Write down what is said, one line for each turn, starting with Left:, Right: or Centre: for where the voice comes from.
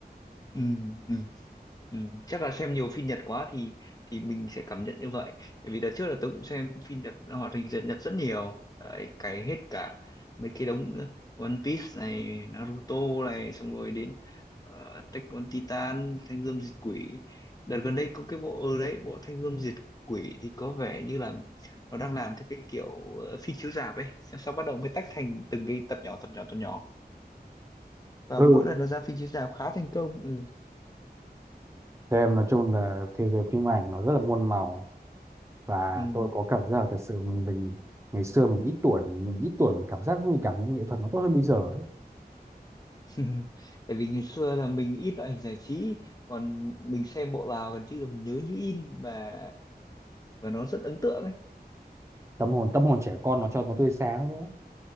Left: ừ, ừ. Ừ, chắc là xem nhiều phim Nhật quá thì thì mình sẽ cảm nhận như vậy. Bởi vì đợt trước là tôi cũng xem phim Nhật hoạt hình Nhật Nhật rất nhiều. Đấy, cày hết cả mấy cái đống ờ, One Piece này, Naruto này, xong rồi đến uh, Attack on Titan, Thanh Gươm Diệt Quỷ. Đợt gần đây có cái bộ ở đấy, bộ Thanh Gươm Diệt Quỷ thì có vẻ như là nó đang làm theo cái kiểu ờ, phim chiếu rạp ấy. Xong sau bắt đầu mới tách thành từng cái tập nhỏ, tập nhỏ, tập nhỏ. Và
Right: ừ
Left: mỗi lần nó ra phim chiếu rạp khá thành công. Ừ.
Right: Cho em nói chung là thế giới phim ảnh nó rất là muôn màu và
Left: Ừ
Right: tôi có cảm giác là thật sự mình, mình ngày xưa mình ít tuổi mình ít tuổi mình cảm giác mình cảm nhận nghệ thuật nó tốt hơn bây giờ ấy.
Left: <laughs> tại vì ngày xưa là mình ít loại hình giải trí còn mình xem bộ nào gần như là mình nhớ như in và và nó rất ấn tượng ấy
Right: Tâm hồn tâm hồn trẻ con nó cho nó tươi sáng nữa.